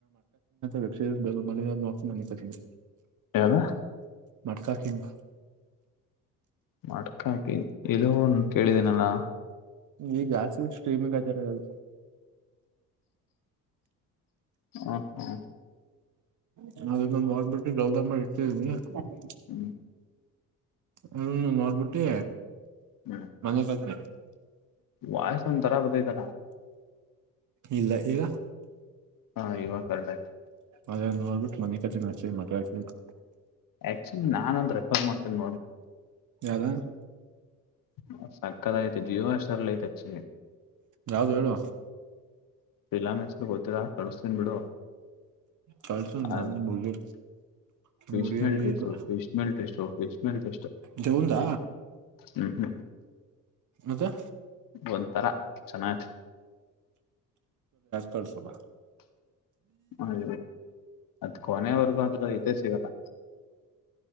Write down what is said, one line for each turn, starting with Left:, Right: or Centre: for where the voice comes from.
Right: ವೆಬ್ಸೆರಿಸ್ ಡೌನ್ಲೋಡ್ ಮಾಡಿದೀನಿ ನೋಡ್ತೀನಿ ಮನಿಕತಿನಿ.
Left: ಯಾವ್ದ.
Right: ಮಡ್ಕಾ ಕಿಂಗ್.
Left: ಮಡ್ಕಾ ಕಿಂಗ್ ಎಲ್ಲೋ ಕೇಳಿದೀನಲ್ಲ.
Right: ಈಗ ಜಾಸ್ತಿ ಸ್ಟ್ರೀಮಿಂಗ್ ಆಯ್ತ ಇರೋದೆ ಅದು.
Left: ಹ ಹ
Right: ಚೆನಗಿದ್ಯ ನೋಡ್ಬಿಟ್ಟಿ ಡೌನ್ಲೋಡ್ ಮಾಡಿ ಇಟ್ಟಿದೀನಿ. <unintelligible>
Left: ಹ್ಮ್
Right: ಹ್ಮ್ ನೋಡ್ಬಿಟ್ಟಿ.
Left: ಹ್ಮ್
Right: ಮನಿಕತಿನಿ.
Left: ವಾಯ್ಸ್ ವಂಥರ ಬತ್ತೆತೈಲ.
Right: ಇಲ್ಲ ಈಗ.
Left: ಹ ಇವಾಗ ಕರೆಕ್ಟ್ ಆಯ್ತು
Right: ಅದೇ ನೋಡ್ಬಿಟ್ ಮನಿಕತಿನಿ ಅಷ್ಟೆ ಮಟ್ಕಾ ಕಿಂಗ್.
Left: ಆಕ್ಚುಲಿ ನಾನೊಂದ್ ರೆಫರ್ ಮಾಡ್ತೀನಿ
Right: ಯಾವ್ದ.
Left: <unintelligible> ಸಕತ್ತಾಗಿದೆ ಐತೆ ಜಿಯೋ ಹಾಟ್ಸ್ಟಾರ್ ಐತೆ ಅಕ್ಚಲಿ.
Right: ಯಾವ್ದ ಹೇಳು.
Left: ಫಿಲಂ ಹೆಸ್ರು. ಗೊತ್ತಿಲ್ಲ. ಕಳಿಸ್ತೀನಿ ಬಿಡು
Right: ಕಲ್ಸು ನಾನು
Left: ಅದು
Right: ನಮ್ ಹುಡ್ಗಿ ನಮ್
Left: ಫಿಶ್
Right: ಹುಡ್ಗಿ
Left: ಮೇಲ್
Right: ಹೇಳಿದ್ಲು
Left: dish fish mail dish fish mail dish
Right: ದೆವ್ವುಂದ.
Left: ಹ್ಮ್ ಹ್ಮ್
Right: ಮತ್ತೆ.
Left: ಒಂತರ ಚೆನಾಗಿದೆ.
Right: ಕಳ್ಸಪ.
Left: ಹೆ ಅದ್ ಕೊನೆಯವರೆಗು ಅದ್ರ್ ಇದೆ ಸಿಗಲ್ಲ.